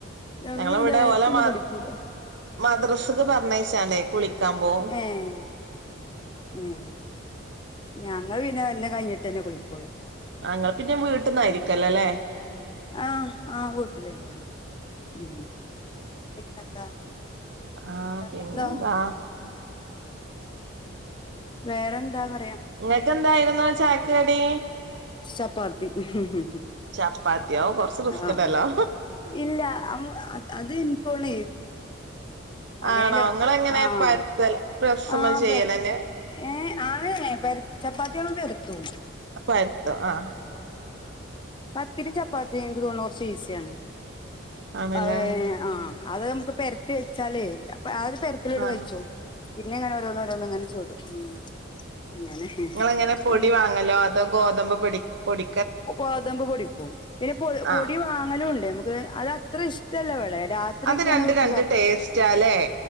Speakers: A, on the left; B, on the right.
A: ഞങ്ങ
B: ഞങ്ങളിവിടെ
A: വീട് നേത്തൊന്നും
B: ഓലെ മ
A: പളിക്കൂല
B: മദ്രസക്ക് പറഞ്ഞഴച്ചാണ്ടേ കുളിക്കാ പോോ
A: ഏഹ് ഉം ഞങ്ങൾ പിന്നെ എന്നന്നെ കഴിഞ്ഞിട്ട് തന്നെ കുളിക്കോുള്ളൂ
B: അങ്ങള് പിന്നെ വീട്ടന്നായിയിരിക്കല്ലോ അല്ലേ
A: ആ ആഹ് വൂട്ടില് തന്നെയാണ് ഉം പിന്നെന്താ
B: ആ
A: വേറെന്താ
B: പിന്നെന്താ
A: വേറെന്താവാ
B: നിങ്ങക്ക് എന്തായിരുന്നു ചായക്ക് കടി
A: ചപ്പാത്തി ഉംഹ്
B: ചപ്പാത്തിയോ കൊറച്ച് റിസ്ക്
A: ആ <unintelligible>
B: ഇണ്ടല്ലോ
A: ഇല്ല അത് ഇപ്പോള അങ്ങനെല്ല
B: ആണോ ഇങ്ങളെങ്ങനെ
A: ആ <unintelligible>
B: പരത്തൽ പ്രസ്സ്മ്മെ
A: ആ
B: ചെയ്യലെന്നെ
A: പെര ഏ ആ പെരത്തു ചപ്പാത്തി അമ്മ പെരുത്തും
B: പരത്തും ആ
A: പത്തിരിയും ചപ്പാത്തിയും എനിക്ക് തോന്നും കുറച്ച് ഈസിയാണ്
B: ആണ്ല്ലേ
A: അവ ആ അത് നമുക്ക് പെരത്തി വെച്ചാല് അപ്പൊ അയൊരു പെരത്തിലോടെ കഴിച്ചോവും
B: ആഹ്
A: പിന്നെ ഞാൻ രോന്നോരോന്ന് എങ്ങനെ ചൂടും ഉം അങ്ങനെ
B: നിങ്ങൾ എങ്ങനെ പൊടി
A: പിന്നെ
B: വാങ്ങല്ലോ അതോ ഗോതമ്പ് പൊടി പൊടി
A: ഗോതമ്പ് പൊടിക്കും പോടിക്കും പിന്നെ പൊടി
B: ആഹ്
A: വാങ്ങലും ഉണ്ട്നമുക്ക് അത് അത്ര ഇഷ്ടമല്ലഇവിടെ രാത്രി
B: അത്
A: ഒക്കെയാണ്
B: രണ്ട്
A: ഇപ്പൊ
B: രണ്ട്
A: കപ്
B: ടേസ്റ്റാല്ലേ